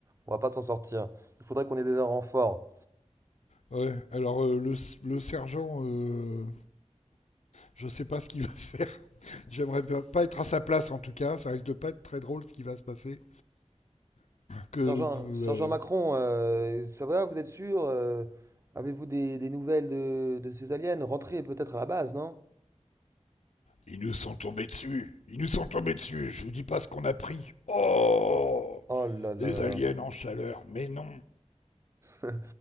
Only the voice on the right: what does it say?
on va pas s'en sortir. Il faudrait qu'on ait des renforts.
Sergent,
Sergent Macron, euh, ça va, vous êtes sûr? euh, avez-vous des, des nouvelles de, de ces aliens? Rentrez peut-être à la base, non?
Oh là là
là
là. <laughs>